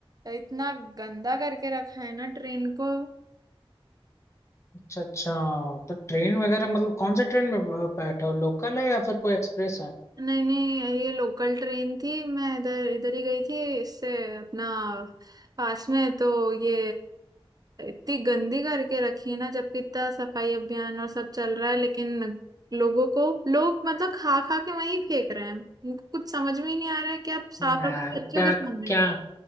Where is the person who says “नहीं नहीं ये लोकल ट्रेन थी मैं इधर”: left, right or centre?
Right